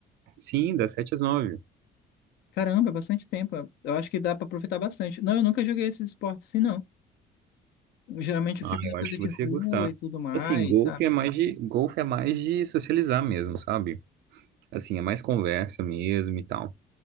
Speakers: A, on the right; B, on the left.
A: Sim, das sete às nove.
B: Caramba, é bastante tempo. Eu acho que dá pra aproveitar bastante. Não, eu nunca joguei esses esportes assim, não. Geralmente eu
A: Ah,
B: fico na
A: eu
B: coisa
A: acho que
B: de
A: você
B: rua
A: ia gostar.
B: e tudo mais,
A: Assim, golfe
B: sabe?
A: é mais de, golfe é mais de socializar mesmo, sabe? Assim, é mais conversa mesmo e tal.